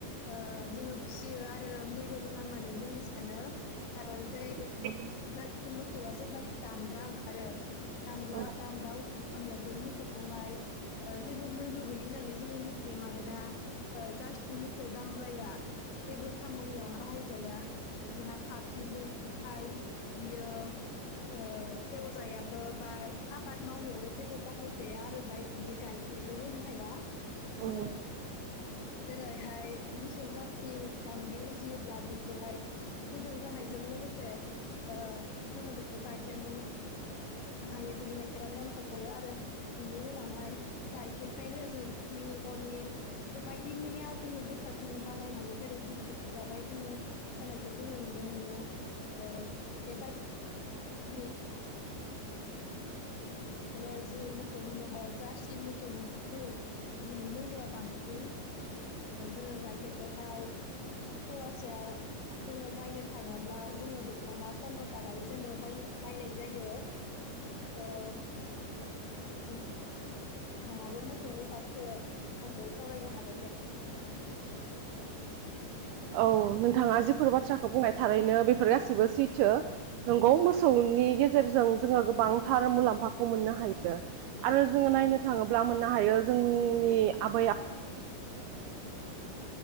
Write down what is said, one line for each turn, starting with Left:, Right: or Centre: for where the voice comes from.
Left: ओ जोङो फिसियो आरो मैल' गोनांनानै बुंनो सानो खारन जे
Right: उम उम
Left: जारसि मोसौआ जेब्ला दामब्रा ओंखारो दामला
Right: औ
Left: दामब्रा उजियो होनब्ला बे मोसौखौहाय ओ जेबो मैल' गैयि होननानै जोङो मिथियो मानोना जार्सि मोसौ दामब्राया जेबो खामानियावहा बाहायजाया बिहा पाफ गैयैखाय बियो ओ एवजायाबो बा आबाद मावनायावबो जेबो बाहायजाया आरो बाय बियो गाय गरबोनो हाया
Right: अह
Left: ओ जेरैहाय मोसौ जारसि दाब्रि उजि फियोब्ला बेखौहाय गोदोर जानायजों लोगोसे ओ जोङो बेखौ गाइखेर मोनना हायो बिनि गाइखेरा ननसक गयो आरो बिनि उनावहाय गाइखेरनिफ्रायनो जों गिउ पनिर बायदि मैया जोङो बेसाद जोङो बानायनो हायो जेरै बिस्कुट फोरावहाय जोङो होनायखौ जोङो नुनो मोनो ओ बेबाय दिनि बिदिनो जि मोसौ होनोबा जारसि मोसौनिख्रुइ बिनि मैद'आ बांसिन जोङो गाइखेरखौहाय फया सेयाव जोङो बायनो थाङोब्ला जोङो बेखौहाय फन्द्र' थाखायै जेननो बायना बायनाय जायो उम <unintelligible> नोंथाङाबो मोसौनि फारसे आंदों सावरायनो हागोन दे
Right: औ नोंथाङा जिफोर बाथ्राखौ बुंनाय थारैनो बेफोर गासिबो सैथो नंगौ मोसौ नि गेजेरजों जोङो गोबांथार मुलाम्फाखौ मोननो हायो आरो जोङो नायनो थाङोब्ला मोननो हायो जोंनि आबै आबौ